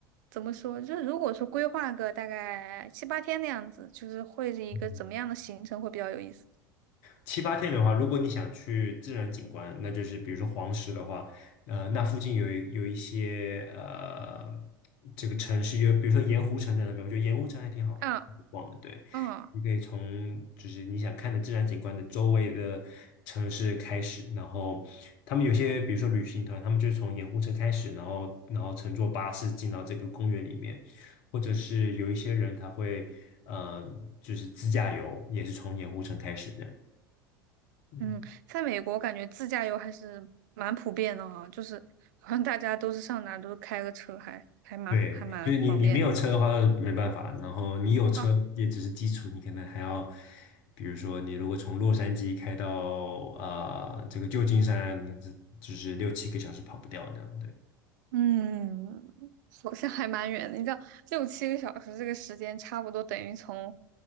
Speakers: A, on the right; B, on the left.
A: 怎么说？就是如果说规划个大概七八天那样子，就是会是一个怎么样的行程会比较有意思？
B: 嗯七八天的话，如果你想去自然景观，那就是比如说黄石的话，呃，那附近有一有一些呃这个城市，有比如说盐湖城在那边，我觉得盐湖城还挺好逛的。
A: 啊
B: 对，
A: 啊
B: 你可以从就是你想看的自然景观的周围的城市开始，然后他们有些比如说旅行团，他们就是从盐湖城开始，然后然后乘坐巴士进到这个公园里面，或者是有一些人他会。呃，就是自驾游也是从盐湖城开始的。嗯，
A: 嗯，在美国感觉自驾游还是蛮普遍的啊，就是好像大家都是上哪儿都是开个车还，还蛮还蛮方便的
B: 对，就是你你没有车的话没办法，然后你有车也只是基础，
A: 啊。
B: 你可能还要，比如说你如果从洛杉矶开到呃这个旧金山，这就是六七个小时跑不掉那样，对，
A: 嗯，好像还蛮远的，你知道六七个小时这个时间差不多等于从